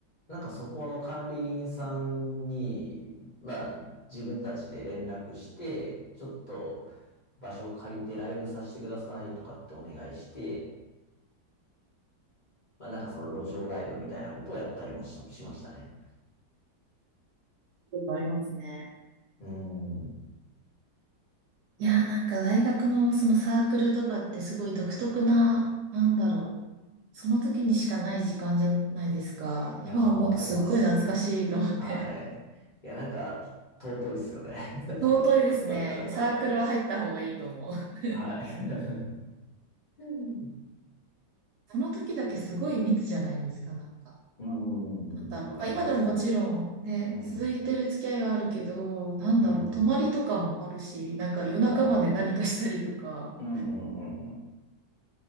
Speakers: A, on the left (about 30°); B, on the right (about 70°).
A: なんかそこの管理人さんに、まあ、自分たちで連絡して、ちょっと場所借りてライブさせてくださいとかってお願いして、まあなんかその路上ライブみたいなことをやったりもした、しましたね。
B: やありますね。
A: うん。い
B: いやー、なんか大学のそのサークルとかってすごい独特な、なんだろう。その時にしかない時間じゃないですか。
A: やー、
B: 今思うとすっごい懐かしいと思って。
A: わかります。はい。いや、なんか、尊いっすよね。
B: 尊いですね。
A: <laughs>
B: サークルは入った方がいいと思う。
A: はい。うん
B: その時だけすごい密じゃないですか、なんか。
A: うんうんうん。
B: なんだろう。
A: わかります。
B: まあ、今でももちろんね、
A: うん。
B: 続いてる付き合いはあるけど、なんだろう、
A: うん。
B: 泊まりとかもあるし、なんか夜中まで何かしたりとか、
A: はい。うん、うん、うん、うん。